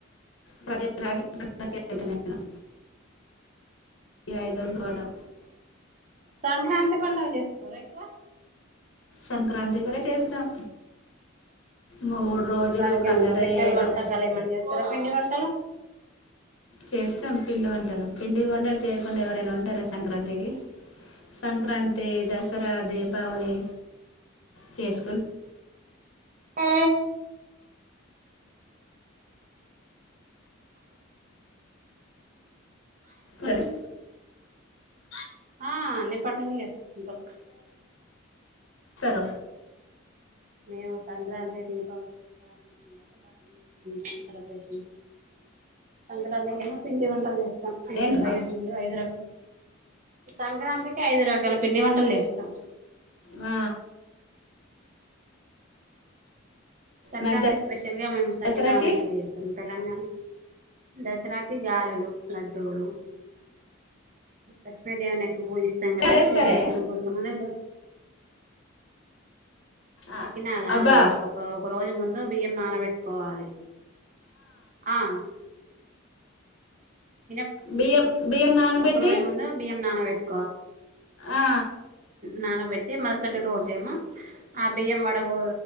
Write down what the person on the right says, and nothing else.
సంక్రాంతి పండగ చేస్కోరా ఎక్కువ
దానికి
ఏమైనా స్పెషల్
వంటకాలు ఏమన్నా చేస్తారా పిండి వంటలు
ఆ
ఆ అన్ని పడుడుగలు చేస్తా ఉంటం
మేము సంక్రాంతి దీపావళి దసరా అన్ని పండలు బాగానేంటా సెలబ్రేషన్ పంటరాంది కనా ఇంటి వంటలు చేస్తే ఐదు
ఐదు ఐదురాక్ సంక్రాంతికి ఐదు రకాల పిండి వంటలు చేస్తాం
సంక్రాంతి
స్పెషల్ గా మేము సకినాాలా
ఎక్కువ చేస్తాం తెలంగాణ దసరాకి గారెలు లడ్డూలు లక్ష్మీదేవిని పూజిస్తాం కదా
స్వీట్ ఐటమ్ కోసంని వెలడు
ఎకినాల
అయిపో కౌ ఒక రోజు ముందు బియ్యం నానబెట్టుకోవాలి ఆ ఇనప్
ఒక రోజు ముందు బియ్యం నానవెట్
నానబెట్టి మరుసటి రోజేమో ఆ బియ్యం వడబో